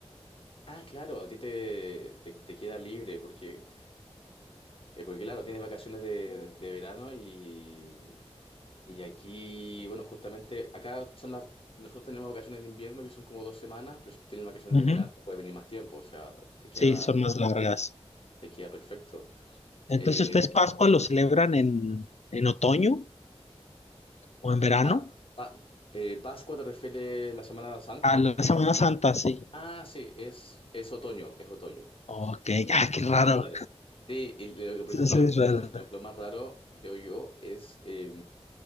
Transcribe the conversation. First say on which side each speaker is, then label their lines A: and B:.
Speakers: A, on the left; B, on the left.
A: Ah, claro, a ti te, te, te queda libre porque, eh, porque claro, tienes vacaciones de, de verano y, y aquí, bueno, justamente acá son las... Nosotros tenemos vacaciones de invierno que son como dos semanas, pero si tú tienes vacaciones
B: Ujú.
A: de verano, puedes venir más tiempo, o sea, te queda,
B: Sí, son más largas.
A: te queda perfecto.
B: Entonces,
A: Eh,
B: ¿ustedes Pascua lo celebran en, en otoño o en verano?
A: pa- pa- eh, ¿Pascua te refiere la Semana Santa?
B: A la Semana Santa, sí.
A: Ah, sí, es, es otoño, es otoño.
B: Ok, ah, qué raro.
A: Claro. Sí, y lo- por
B: Sí,
A: ejemplo,
B: sí, es raro.
A: lo, lo más raro, creo yo, es eh,